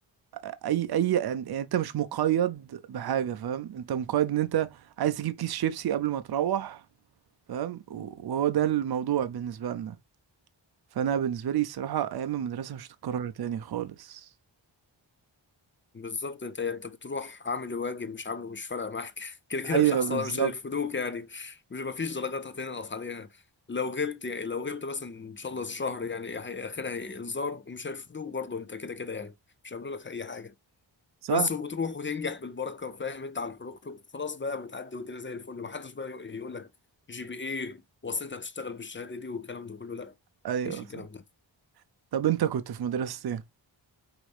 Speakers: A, on the right; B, on the left.
A: أي أي يعني يعني أنت مش مقيد بحاجة فاهم أنت مقيد إن أنت عايز تجيب كيس شيبسي قبل ما تروح فاهم و- وهو ده الموضوع بالنسبة لنا فأنا بالنسبة لي الصراحة أيام المدرسة مش هتتكرر تاني خالص
B: بالظبط انت يعني انت بتروح عامل الواجب مش عامله مش فارقه معاك <laughs> كده كده
A: أيوه
B: مش هيحصل
A: بالظبط
B: مش هيرفدوك يعني مش مفيش درجات هتنقص عليها لو غبت يعني لو غبت مثلا ان شاء الله شهر يعني هي- اخرها هي انذار ومش هيرفدوك برضه انت كده كده يعني مش هيعملوا لك اي حاجه
A: صح
B: بس وبتروح وتنجح بالبركه فاهم انت على الحروق خلاص بقى بتعدي والدنيا زي الفل ما حدش بقى يقول لك جي بي ايه واصل انت هتشتغل بالشهاده دي والكلام ده كله لا
A: أيوه
B: مفيش الكلام
A: صح
B: ده
A: طب أنت كنت في مدرسة إيه؟